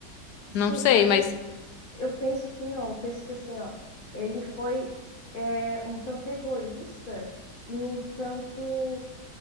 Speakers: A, on the left; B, on the left.
A: Será?
B: Não sei, mas.
A: Eu, eu penso que não. Eu penso que assim, ó, ele foi é, um tanto egoísta e um tanto.